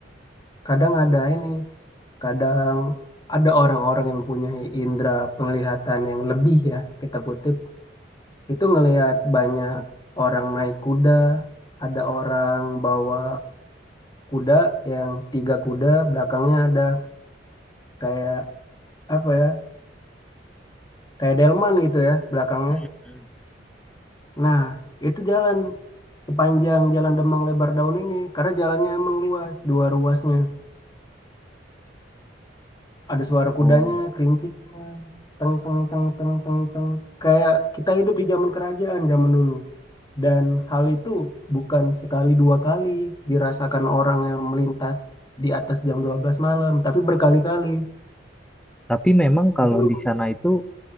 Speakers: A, on the left; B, in the centre.
A: kadang ada ini, kadang ada orang-orang yang mempunyai indera penglihatan yang lebih ya, kita kutip. Itu ngelihat banyak orang naik kuda, ada orang bawa kuda yang tiga kuda, belakangnya ada kayak apa ya, kayak delman gitu ya belakangnya
B: Hmm.
A: Nah, itu jalan sepanjang jalan Demang Lebar Daun ini karena jalannya emang luas, dua ruasnya. Ada suara kudanya,
B: Oh,
A: kerincing, teng teng teng teng teng teng. Kayak kita hidup di zaman kerajaan zaman dulu. Dan hal itu bukan sekali dua kali dirasakan orang yang melintas di atas jam 12 malam, tapi berkali-kali.
B: tapi memang kalau
A: Itu
B: di sana itu